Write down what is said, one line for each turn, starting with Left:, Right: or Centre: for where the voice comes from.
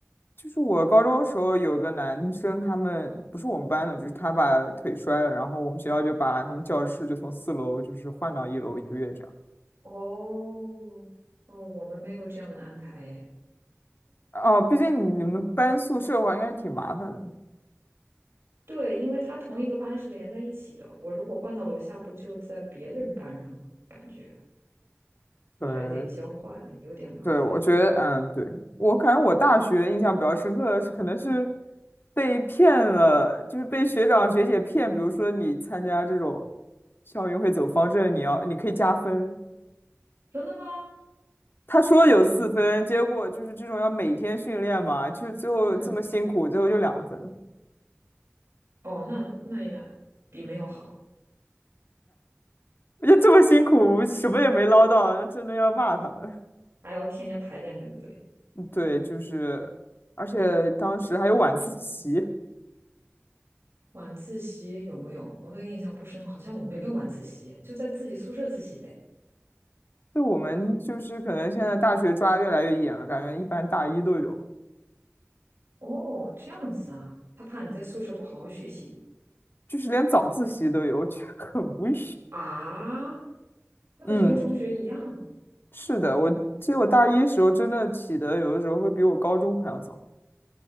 Left: 就是我高中的时候有个男生，他们不是我们班的，就是他把腿摔了，然后我们学校就把他们教室就从四楼就是换到一楼一个月这样。
Right: 哦，哦，我们没有这样的安排耶。
Left: 哦，毕竟你们搬宿舍的话，应该挺麻烦的。
Right: 对，因为他同一个班是连在一起的，我如果换到楼下，不就在别人班上了？感觉
Left: 对，
Right: 还得交换，有点麻烦。
Left: 对，我觉得，嗯，对，我感觉我大学印象比较深刻的是，可能是被骗了，就是被学长学姐骗。比如说，你参加这种校运会走方阵，你要你可以加分。
Right: 真的吗？
Left: 他说有四分，
Right: 嗯，
Left: 结果就是这种要每天训练嘛，就是最后这么辛苦，
Right: 嗯，
Left: 最后就两分。
Right: 哦，那那也比没有好，
Left: 我觉得这么辛苦，什么也没捞到，那真的要骂他们。
Right: 还要天天排练，对不对？
Left: <laughs> 对，就是，而且当时还有晚自习，
Right: 晚自习有没有？我都印象不深了好像我没有晚自习，就在自己宿舍自习呗。
Left: 就我们就是可能现在大学抓越来越严了，感觉一般大一都有，
Right: 哦，这样子啊，他怕你在宿舍不好好学习
Left: 就是连早自习都有，我觉得很无语。
Right: 啊？那不是跟中学一样？
Left: 嗯，是的，我记得我大一时候真的起的有的时候会比我高中还要早。